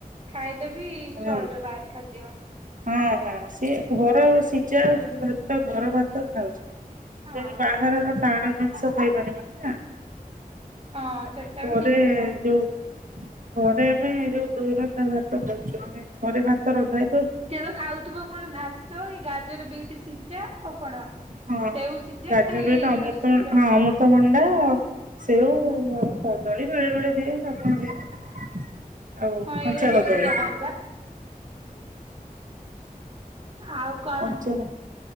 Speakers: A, on the right; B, on the right.
A: ଖାଇଲେ ବି
B: ହଁ
A: ଚଳିବ ବାହାର ଖାଦ୍ୟ।
B: ହଁ ହଁ ସିଏ ଘର ସିଜା ଭାତ ଘର ଭାତ ଖାଉଛି।
A: ହଁ
B: ବାହାରର ଟାଣ ଜିନିଷ ଖାଇପାରିବନି ନା।
A: ହଁ
B: ଆମେ
A: ସେଟା
B: ଘରେ
A: ବି ଠିକ କଥା
B: ଯୋଉ ଘରେ ଆମେ ଯୋଉ ଦୋ ରନ୍ଧା ଭାତ କରୁଛୁ ମାନେ ଥରେ ଭାତ ରନ୍ଧା ହେଇ
A: ସିଏ ତ ଖାଉଥୁବ କଣ ଭାତ ଏଇ ଗାଜର ବିଟ ସିଜା ଆଉ କଣ
B: ହଁ
A: ସେଉ ସିଝା
B: ଗାଜର
A: ଏଇ
B: ହିତ ଅମୃତ
A: ଏଇ ସିଝା
B: ହଁ ଅମୃତ ତଭଣ୍ଡା ସେଉ
A: ହୁଁ
B: ଆଉ କ ଦଳି ବେଳେ ବେଳେ ଦିଏ <unintelligible> ଆଉ
A: ହଁ
B: କଞ୍ଚା
A: ଏଇଗୁରା ସବୁ
B: କଦଳି।
A: ସିଝା ଖାଉଚି ବା ଆଉ କଣ
B: କଞ୍ଚା